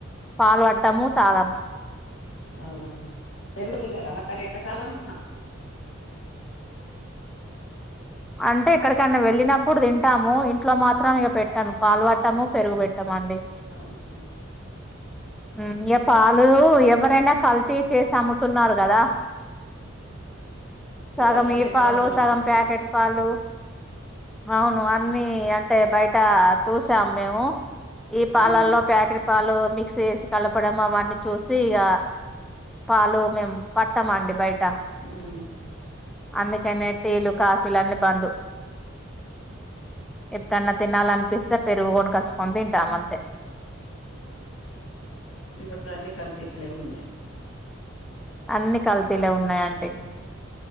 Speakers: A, in the centre; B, on the left.
A: పాలు వట్టము తాగము
B: అవునా <inaudible> దినారా మ కాదెండ కాలం
A: అంటే ఎక్కడికన్నా వెళ్ళినప్పుడు తింటాము ఇంట్లో మాత్రం ఇక పెట్టను పాలు పట్టము పెరుగు పెట్టమండి.
B: అవునా
A: ఉమ్ ఇగ పాలు ఎవరన్నా కల్తీ చేసి అమ్ముతున్నారు కదా
B: సో
A: సగం
B: అవును ఇప్పుడు
A: ఈ
B: ఎక్కడ
A: పాలు
B: నమ్మచ్చట్లేదు
A: సగం ప్యాకెట్ పాలు అవును అన్ని అంటే బయట చూసాం మేము ఈ పాలల్లో
B: ఉమ్
A: ప్యాకేటు పాలు మిక్స్ చేసి కలపడం అవన్నీ చూసి ఇగ పాలు మేము పట్టమండి బయట
B: ఊమ్
A: అందుకనే టేలు కా పీలన్నీ బంధు ఎప్పుడన్నా తినాలనిపిస్తే పెరుగు గొనకచ్చుకొని తింటాం అంతే
B: ఇప్పుడు అన్ని కల్తీలే ఉన్నాయ్
A: అన్ని కల్తీలే ఉన్నాయంండి